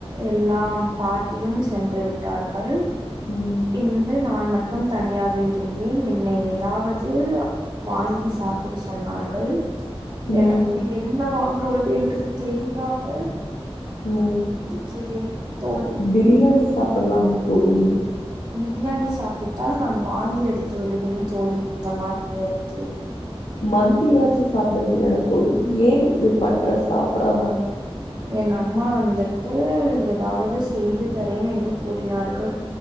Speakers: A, on the right; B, on the left.
A: எல்லாம் பாட்டியும் சென்று விட்டார்கள்
B: ம்
A: பின்பு நான் மட்டும் தனியாக இருந்தேன் என்னை எதாவது வாங்கி சாப்பிட சொன்னார்கள்
B: ம்
A: எனக்கு என்ன வாங்குவது என்று தெரியாமல்
B: ம்
A: இருக்கிறேன் தோழி
B: பிரியாணி சாப்புட்லாம்ல தோழி
A: பிரியாணி சாப்பிட்டால் நான் வாந்தி எடுத்து விடுவேன் தோழி இந்த மாதிரி நேரத்தில்
B: மந்தியாச்சும் சாப்ட வேண்டிதானே தோழி ஏன் இப்படி பண்ற சாப்படாம
A: என் அம்மா வந்துட்டு எதாவது செய்து தரேன் என்று கூறினார்கள்